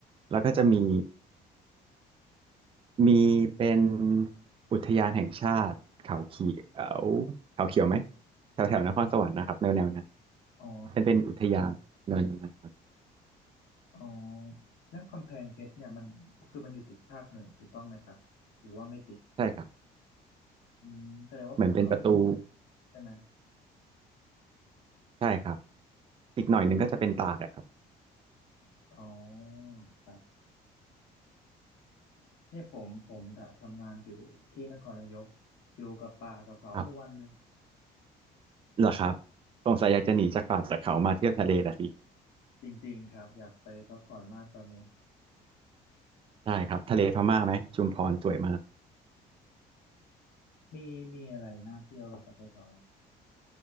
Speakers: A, on the right (about 30°); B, on the left (about 75°).
A: แล้วก็จะมี
B: อ๋อ
A: มีเป็นอุทยานแห่งชาติเขาเขียวเขาเขียวไหมแถวแถวนครสวรรค์นะครับแนวแนวนั้น
B: อ๋อ
A: เป็นเป็นอุทยานแนวนนั้นครับ
B: อ๋อแล้วกำแพงเพชรเนี่ยมันคือมันอยู่ติดภาคเหนือถูกต้องไหมครับหรือว่าไม่ติด
A: ใช่ครับ
B: อืมแสดงว่าภูเขาก็ต้องเยอะใช่ไหม
A: เหมือนเป็นประตูใช่ครับอีกหน่อยหนึงก็จะเป็นตากอะครับ
B: อืมอ๋อครับเนี่ยผมผมทำงานอยู่ที่นครนายกอยู่กับป่ากับเขาทุกวันเลย
A: ครับเหรอครับสงสัยอยากจะหนีจากป่าจากเขามาเที่ยวทะเลละสิ
B: จริงๆครับอยากไปพักผ่อนมากตอนนี้
A: ใช่ครับทะเลพม่าไหมชุมพรสวยมาก
B: มีมีอะไรน่าเที่ยวบ้างกับแถวๆนั้น